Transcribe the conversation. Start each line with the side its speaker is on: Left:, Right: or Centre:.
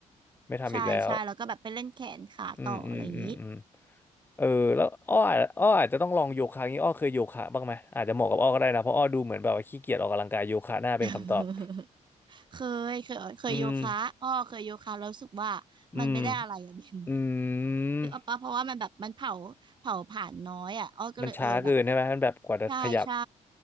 Left: ไม่ทำอีกแล้ว
Right: ใช่ใช่แล้วก็แบบไปเล่นแขนขาต่ออะไรอย่างงี้
Left: อืมอืมอืมอืมเออแล้วอ้ออาจอ้ออาจจะต้องลองโยคะงี้อ้อเคยโยคะบ้างไหมอาจจะเหมาะกับอ้อก็ได้นะเพราะอ้อดูเหมือนแบบว่าขี้เกียจออกกำลังกายโยคะน่าเป็นคำตอบ
Right: <laughs> เคยเคยเคยโยคะอ้อเคยโยคะแล้วรู้สึกว่า
Left: อืมอืม
Right: มันไม่ได้อะไรอะ <laughs> เบน
Left: อืม
Right: นึกออกปะเพราะว่ามันแบบมันเผาเผาผ่านน้อยอ่ะอ้อก็เลยเออแบบ
Left: มันช้าเกินใช่ไหมมันแบบกว่าจะขยับ
Right: ใช่ใช่